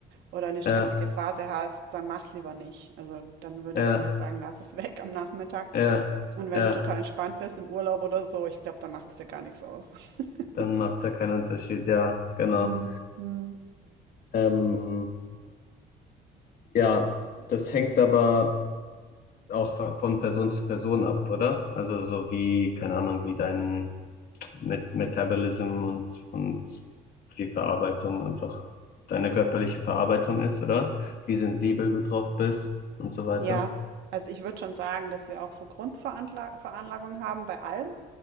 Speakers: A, on the right (about 80°); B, on the left (about 60°).
A: oder eine stressige
B: ja,
A: Phase hast, dann mach's lieber nicht. Also dann würde
B: ja,
A: ich wirklich sagen, lass es weg am Nachmittag.
B: ja,
A: Und wenn
B: ja,
A: du total entspannt bist im Urlaub oder so, ich glaube, dann macht's dir gar nichts aus. <laughs>
B: dann macht es ja keinen Unterschied, ja, genau.
A: Hm, hm.
B: Ähm, ja, das hängt aber auch von Person zu Person ab, oder? Also so wie, keine Ahnung, wie dein Met Metabolism und, und die Verarbeitung einfach deine
A: Ja,
B: körperliche Verarbeitung ist, oder? Wie sensibel du drauf bist und so weiter.
A: ja. Also ich würde schon sagen, dass wir auch so Grundveranlagung haben bei allem.